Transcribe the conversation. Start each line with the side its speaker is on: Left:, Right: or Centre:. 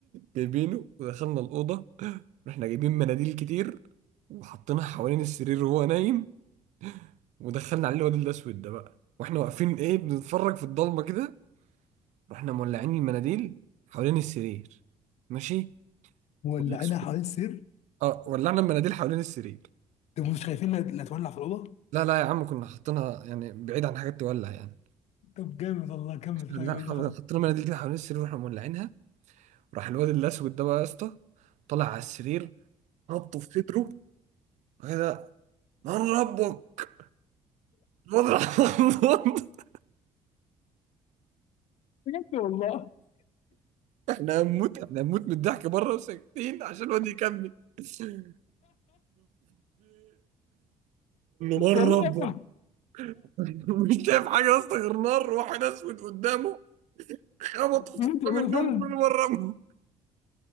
Right: جايبينه ودخلنا الاوضه رحنا جايبين مناديل كتير وحطيناها حوالين السرير وهو نايم ودخلنا عليه الواد الاسود ده بقى واحنا واقفين ايه بنتفرج في الضلمه كده رحنا مولعين المناديل حوالين السرير ماشي
Left: مولعينها
Right: والاسود
Left: حوالين السرير
Right: اه ولعنا المناديل حوالين السرير
Left: طب مش خايفين انها اللي هتولع في الاوضه
Right: لا لا يا عم كنا حاطينها يعني بعيد عن حاجات تولع يعني
Left: طب جامد والله كمل
Right: لا
Left: طيب ايه
Right: ح-
Left: اللي حصل
Right: حطينا مناديل كده حوالين السرير واحنا مولعينها راح الواد الاسود ده بقى يا اسطى طلع على السرير ربطه في صدره كده من ربك الواد راح <laughs>
Left: بجد والله <laughs>
Right: احنا هنموت احنا هنموت من الضحك بره وساكتين عشان الواد يكمل كل نار
Left: والله
Right: ربه
Left: يا ابني
Right: <laughs> مش شايف حاجه يا اسطى غير نار واحد اسود قدامه خبطه في
Left: بجد
Right: صحن
Left: والله
Right: من النوم
Left: فعلا
Right: كل مره ربه